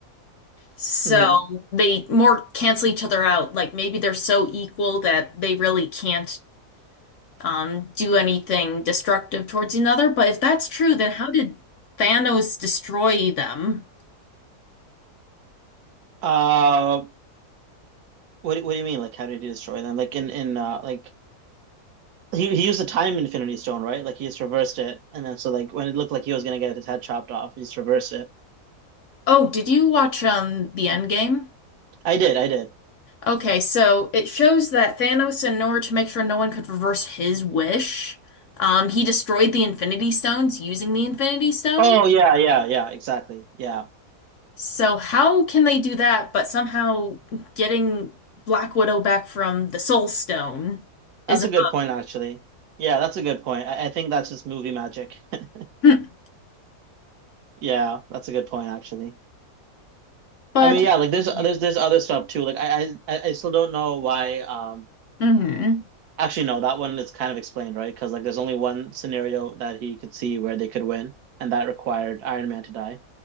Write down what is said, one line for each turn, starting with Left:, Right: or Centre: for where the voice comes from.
Left: So
Right: Mm-hmm.
Left: they more cancel each other out. Like maybe they're so equal that they really can't um, do anything destructive towards another. But if that's true, then how did Thanos destroy them?
Right: Uh, what do- what do you mean? Like, how did he destroy them? Like in in uh like. He, he used the time infinity stone, right? Like he just reversed it, and then so like when it looked like he was gonna get his head chopped off, he just reversed it.
Left: Oh, did you watch um the Endgame?
Right: I did, I did.
Left: Okay, so it shows that Thanos, in order to make sure no one could reverse his wish, um, he destroyed the Infinity Stones using the Infinity Stone.
Right: Oh yeah, yeah, yeah, exactly. Yeah.
Left: So how can they do that, but somehow getting Black Widow back from the Soul Stone is
Right: That's
Left: a
Right: a good point actually. Yeah, that's a good point. I, I think that's just movie magic. <laughs>
Left: hmm.
Right: Yeah, that's a good point actually.
Left: But
Right: I mean, yeah, like there's there's
Left: yeah.
Right: there's other stuff too. Like I I I I still don't know why um
Left: hmm
Right: actually no, that one is kind of explained, right? Because like there's only one scenario that he could see where they could win, and that required Iron Man to die.